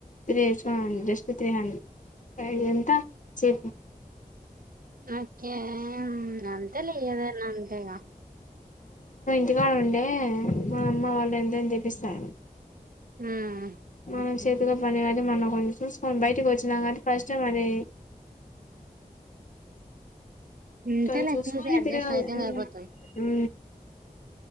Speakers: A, on the left; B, on the right.
A: త్రీ తెచ్చుకుండి జస్ట్ త్రీ హండ్రెడ్ ఎంత చెపు
B: ఓకే అంతేలే ఏదన్న అంతేగా
A: కొదిగా ఉండే మా అమ్మ వాళ్ళు ఎంతని తెపిస్తారు
B: ఉమ్
A: ఆ చే కాటి మొన్న కొంచం బయటికి వచ్చినం కాబటి ఫస్ట్ టైం అది
B: అంతేలే
A: కానీ చూసుకొని
B: చూసి అడ్జస్ట్
A: తిరగాల
B: అయితే సరిపోతది
A: ఊ